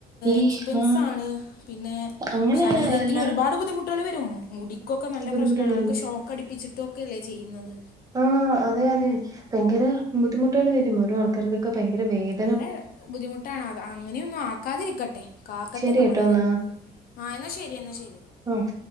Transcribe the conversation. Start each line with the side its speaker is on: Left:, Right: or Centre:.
Right: ഈ
Left: എക്സ്പെൻസാണ്
Right: ആ
Left: പിന്നെ
Right: അങ്ങനെ
Left: ശരീരത്തിന്
Right: അല്ല
Left: ഒരുപാട് ബുദ്ധിമുട്ട് ട്ടേൾ വരും മുടിക്കൊക്കെ നല്ല
Right: ബുദ്ധിമുട്ടുകൾ
Left: പ്രശ്നമാണ്
Right: വരും
Left: അതൊക്കെ ഷോക്ക് അടിപ്പിച്ചിട്ടും ഒക്കെല്ലേ ചെയ്യുന്നത്
Right: ആഹ് അതെ അതെ ഭയങ്കര ബുദ്ധിമുട്ടുകൾ വരും ഓരോ ആൾക്കാർക്കൊക്കെ ഭയങ്കര വേദ
Left: നല്ല ബുദ്ധിമുട്ടാണ് അത് അങ്ങനെയൊന്നും ആക്കാതിരിക്കട്ടെ കാക്കട്ടെ
Right: ശരി
Left: നമ്മളെ
Right: കേട്ടോ എന്നാ
Left: ആഹ് എന്നാ ശരി എന്നാ ശരി
Right: ആഹ്